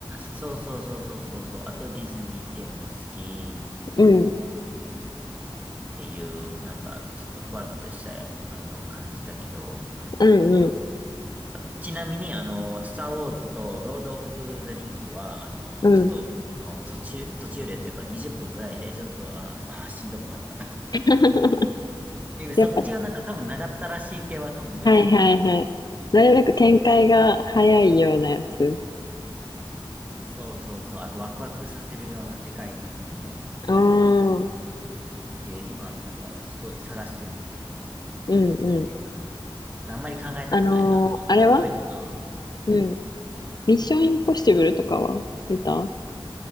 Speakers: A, on the right (about 15°); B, on the left (about 45°).
A: そうそうそうそうそうそう。あとディズニー系も好き
B: うん、
A: っていう、なんか、ちょっとふわっとした、あの、感じだけど。
B: うん、うん、
A: あちなみに、あの、スター・ウォーズとロード・オブ・ザ・リングは、あの、
B: <laughs> うん。
A: ちょっと、あの、途中、途中でっていうか20分ぐらいで、ちょっと、あ、あ、しんどくなった。<laughs> っ
B: <laughs>
A: ていうそっちはなんか多分長ったらしい系は多分無理やと思う。
B: やっぱ、はい、はい、はい。なるべく展開が早いようなやつ。
A: そうそうそう。あとワクワクさせるような世界のものっ
B: ああ、うん、
A: て今なんかすごい探してんねんけど、
B: うん。
A: おすすめの映画ある。あんまり考えたくない。
B: あのーあれは
A: あの、ブロイとかは。
B: うん。ミッションインポッシブルとかは見た